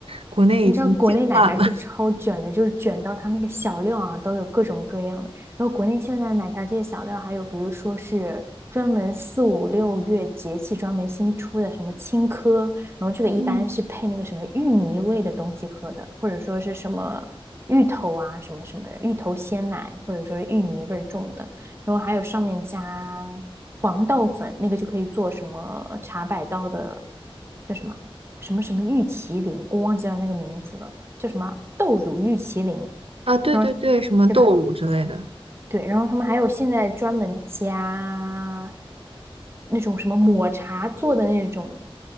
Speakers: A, on the right; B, on the right.
A: 国内已经进化了。
B: 你知道国内奶茶就是超卷的，就是卷到它那个小料啊都有各种各样的。然后国内现在奶茶这些小料，还有比如说是专门四五六月节气专门新出的什么青稞，然后这个一般是配那个什么芋泥味的东西喝的，
A: 嗯
B: 或者说是什么芋头啊什么什么的芋头鲜奶，或者说芋泥味儿重的。然后还有上面加黄豆粉，那个就可以做什么茶百道的，叫什么？什么什么玉麒麟，我忘记了那个名字了，叫什么豆乳玉麒麟，
A: 啊，对对对，
B: 然后
A: 什么豆乳之类的。
B: 对吧？对，然后他们还有现在专门加那种什么抹茶做的那种